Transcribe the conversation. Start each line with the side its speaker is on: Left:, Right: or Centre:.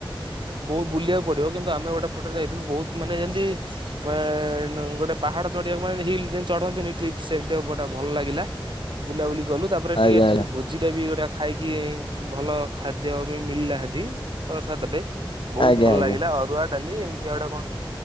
Right: ବହୁ ବୁଲିବାକୁ ପଡ଼ିବ କିନ୍ତୁ ଆମେ ଗୋଟେ ଏପଟେ ଯାଇଥିଲୁ ବହୁତ ମାନେ ଯେମିତି ମା ଏଇନୁ ଗୋଟେ ପାହାଡ ଚଢିବାକୁ ମାନେ ହିଲ୍ ଯେ ଚଢନ୍ତିନି ଟ୍ରିପ୍ ସେମତିଆ ଉପରଟା ଭଲ ଲାଗିଲା। ବୁଲାବୁଲି କଲୁ ତାପରେ ଟିକେ
Left: ଆଜ୍ଞା
Right: ଏଠିରି
Left: ଆଜ୍ଞା
Right: ଭୋଜିଟା ବି ଗୋଟା ଖାଇକି ଏଇ ଉ, ଭଲ ଖାଦ୍ୟ ବି ମିଳଲା ସେଠି ପ୍ରସାଦ ଟେ। ବହୁତ
Left: ଆଜ୍ଞା
Right: ଭଲ
Left: ଆଜ୍ଞା
Right: ଲାଗିଲା ଅରୁଆ, ଡାଲି ଏମ ତି ଆଉ ଗୋଟେ କଣ?